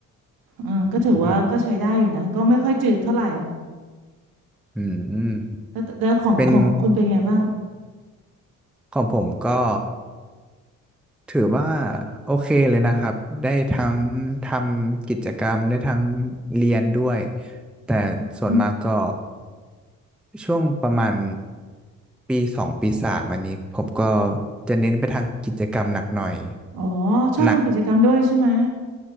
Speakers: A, on the right; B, in the centre.
A: อืมก็ถือว่าก็ใช้ได้อยู่นะก็ไม่ค่อยจืดเท่าไหร่
B: อืมอืม
A: แล้วแต่แล้วของของคุณเป็นไงบ้าง
B: เป็น ของผมก็ถือว่าโอเคเลยนะครับได้ทั้งทำกิจกรรมได้ทั้งเรียนด้วยแต่ส่วนมากก็
A: อืม
B: ช่วงประมาณปีสองปีสามอันนี้ผมก็จะเน้นไปทางกิจกรรมหนักหน่อย
A: อ๋อชอบทำกิจกรรมด้วยใช่ไหม
B: หนัก